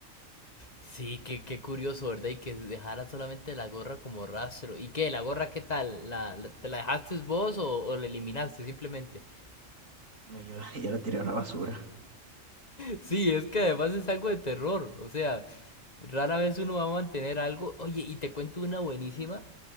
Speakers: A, on the left (about 30°); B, on the right (about 75°).
A: Sí, qué, qué curioso, ¿verdad? Y que dejara solamente la gorra como rastro. ¿Y qué? ¿La gorra qué tal? ¿La, la- te la dejaste vos o, o la eliminaste simplemente? <laughs>
B: Me- Yo, la- <laughs> yo la tiré a la basura.
A: Sí, es que además es algo de terror. O sea, rara vez uno va a mantener algo. Oye, y te cuento una buenísima.